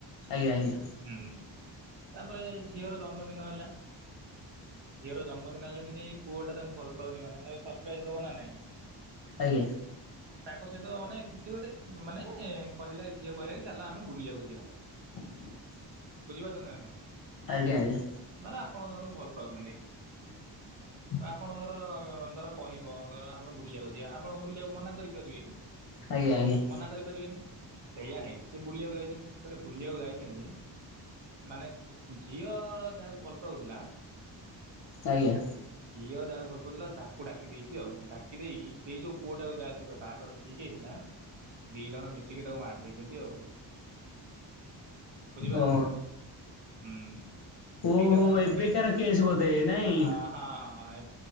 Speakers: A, on the left; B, on the right.
A: ଆଜ୍ଞା ଆଜ୍ଞା
B: ହୁଁ ତାପରେ ଝିଅର ଜନ୍ମଦିନ ହେଲା। ଝିଅର ଜନ୍ମଦିନ ହେଲା ଯେମିତି ପୁଅ ଟା ତାକୁ ଭଲ ପାଉଛି ମାନ ତାକୁ ସରପ୍ରାଇଜ ଦବ ନା ନାଇଁ।
A: ଆଜ୍ଞା।
B: ତାଙ୍କ ସହିତ ମାନେ କିଛି ଗୋଟେ ମାନେ କହିଲା କି ଝିଅ କହିଲା କି ଚାଲ ଆମେ ବୁଲିବାକୁ ଯିବା।
A: <unintelligible>
B: ବୁଝିପାରୁଛନ୍ତି ନା ନାଇଁ?
A: ଆଜ୍ଞା ଆଜ୍ଞା।
B: ମାନେ ଆପଣ ଜଣଙ୍କୁ ଭଲ ପାଉଛନ୍ତି।
A: <unintelligible>
B: ଆପଣ ଧର ଧର କହିବ ଧର ଆମେ ବୁଲିବାକୁ ଯିବା ଆପଣ ବୁଲିବାକୁ ମନା କରିପାରିବେ କି ଆଉ।
A: ଆଜ୍ଞା ଆଜ୍ଞା।
B: ମନା କରିପାରିବେନି ସେଇଆ ହେଇଛି ସେ ବୁଲିବାକୁ ଯାଇଛନ୍ତି ଯେତେବେଳେ ବୁଲିବାକୁ ଯାଇ ଛନ୍ତି ମାନେ ଝିଅ ଯାହାକୁ ଭଲ ପାଉଥିଲା
A: ଆଜ୍ଞା।
B: ଝିଅ ଯାହାକୁ ଭଲ ପାଉଥିଲା ତାକୁ ଡାକି ଦେଇଛି ଆଉ ଡାକି ଦେଇକି ସେଇ ଯୋଉ ପୁଅଟାକୁ ଯାହା ସହିତ ବାହାଘର ଠିକ୍ ହେଇଥିଲା ଦି ଜଣ ମିଶିକି ତାକୁ ମାରି ଦେଇଛନ୍ତି ଆଉ। ବୁଝିପାରୁଛନ୍ତି
A: ଓ
B: ନା ନାଇଁ? ହୁଁ।
A: ଓହୋ
B: ଏଇଟା କଣ
A: ଏବେକାର
B: ଏଇ
A: କେସ୍ ବୋଧେ ନାଇଁ?
B: ହଁ ହଁ ହଁ ଏ